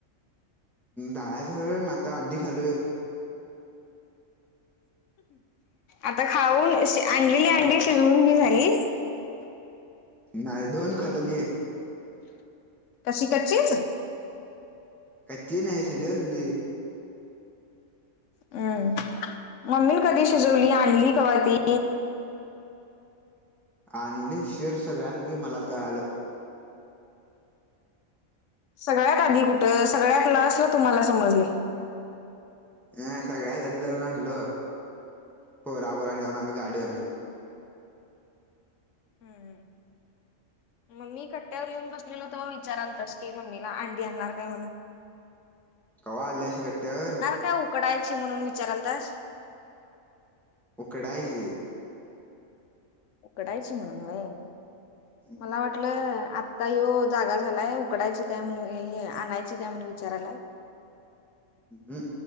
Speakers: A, in the centre; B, on the left.
A: दहा जवळून आता अंडी खालोय.
B: आता खाऊन इश आणलेले अंडी शिजवून बी झाली.
A: नाय दोन खाल्लो की.
B: कशी कच्चीच?
A: कच्ची नाय शिजवली ती
B: हम्म. मम्मी कधी शिजवली, आणली कव्हा ती?
A: आणली उशीर सगळ्यात आधी मलाच कळालं.
B: सगळ्यात आधी कुठं, सगळ्यात लास्टला तुम्हाला समजलंय.
A: अ सगळ्यात आधी जाऊन आणलो. पोरांबरोबर जाऊन आम्ही गाडीवरनं.
B: हम्म. मग मी कट्यावर येऊन बसलेलो तवा विचारालतास की मम्मीला अंडी आणणार काय म्हणून?
A: कवा आल्याशी गट्यावर?
B: का उकडायची म्हणून विचारालतास?
A: उकडायची
B: उकडायची म्हणून व्हय.
A: हम्म
B: मला वाटलं आत आता ह्यो जागा झालाय उकडायची काय म्हणे हे-हे आणायची काय म्हणून विचारालाय.
A: ह हम्